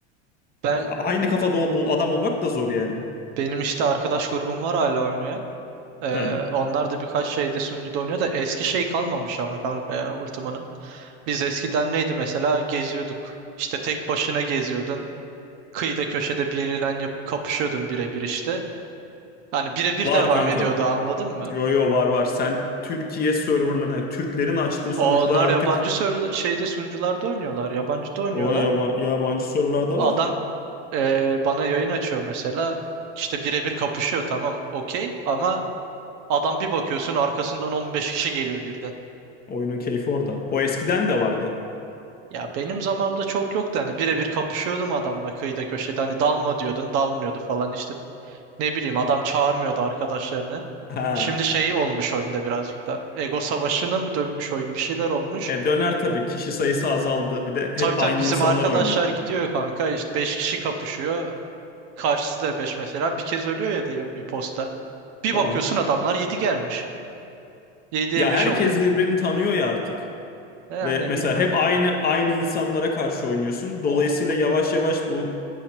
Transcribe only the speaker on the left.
aynı kafada o bul- adam bulmak da zor yani.
Ha.
Var
kanka.
Yo yo var var. Sen Türkiye serverlarına, Türklerin açtığı sunucular
artık
o yaba- yabancı serverlar da
var.
Oyunun keyfi orada. O eskiden de vardı.
Ha.
E döner tabii. Kişi sayısı azaldı. Bir de
hep
aynı
insanlar
oynuyor.
Tamam.
Ya
herkes
birbirini tanıyor ya artık.
Ve mesela
hep aynı aynı insanlara karşı oynuyorsun. Dolayısıyla
yavaş yavaş bu